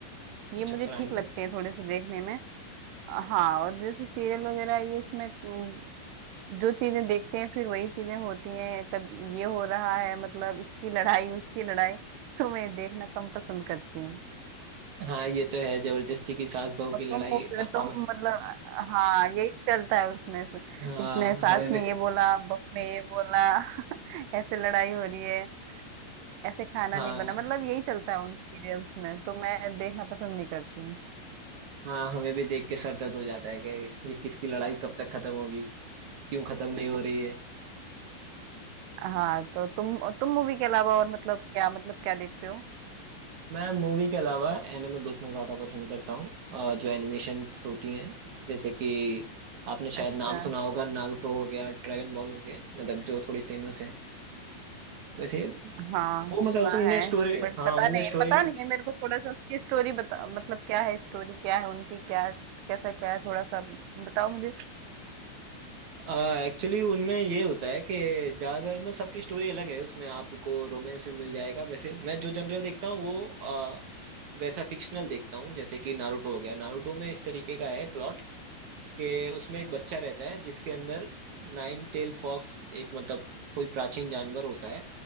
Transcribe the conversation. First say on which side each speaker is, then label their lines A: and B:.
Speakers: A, on the right; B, on the right.
A: ये
B: अच्छा
A: मुझे
B: क्राइम
A: ठीक
B: पर
A: लगते हैं थोड़े से देखने में हाँ और जैसे सीरियल वगैरह ये इसमें जो चीजें देखते हैं फिर वही चीजें होती हैं कब ये हो रहा है मतलब इसकी लड़ाई उसकी लड़ाई तो मैं देखना कम पसंद करती हूँ
B: हाँ ये तो है जबरदस्ती की सास बहू की
A: और तुम
B: लड़ाई
A: वो- तुम
B: हम
A: मतलब हाँ यही चलता है उसमें से।
B: हाँ
A: इसने सास
B: हमें भी
A: ने ये बोला बहू ने ये बोला <laughs> ऐसे लड़ाई हो रही है ऐसे खाना
B: हाँ
A: नहीं बना मतलब यही चलता है उन सीरियल्स में तो मैं देखना पसंद नहीं करती हूँ
B: हाँ हमें भी देख के सर दर्द हो जाता है कि इस- ये किसकी लड़ाई कब तक खत्म होगी क्यों खत्म नहीं हो रही है
A: हाँ तो तुम तुम मूवी के अलावा और मतलब क्या मतलब क्या देखते हो
B: मैं मूवी के अलावा एनिमे देखना ज्यादा पसंद करता हूँ अ, जो एनिमेशन होती हैं जैसे कि आपने
A: अच्छा
B: शायद नाम सुना होगा नारुतो हो गया ड्रैगन बॉल हो गया मतलब जो थोड़ी फेमस है वैसे
A: हाँ
B: वो मतलब
A: सुना
B: उसमें
A: है
B: स्टोरी
A: बट
B: हाँ
A: पता
B: उनमें
A: नहीं
B: स्टोरी
A: पता नहीं है मेरे को थोड़ा सा उसकी स्टोरी बता मतलब क्या है स्टोरी क्या है उनकी क्या कैसा क्या है थोड़ा सा बताओ मुझे
B: एक्चुअली उनमें ये होता है कि ज्यादातर मतलब सबकी स्टोरी अलग है उसमें आपको रोमांस में मिल जाएगा वैसे मैं जो जनरल देखता हूँ वो अ, वैसा फिक्शनल देखता हूँ जैसे कि नारुतो हो गया नारुतो में इस तरीके का है प्लॉट कि उसमें एक बच्चा रहता है जिसके अंदर नाइन टेल फॉक्स एक मतलब कोई प्राचीन जानवर होता है